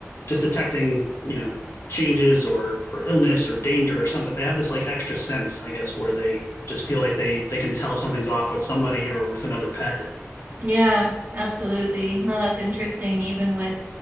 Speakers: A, on the left; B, on the right.
A: just detecting you know changes or or illness or danger or something. They have this like extra sense, I guess, where they just feel like they they can tell something's off with somebody or with another pet.
B: Yeah, absolutely. No, that's interesting. Even with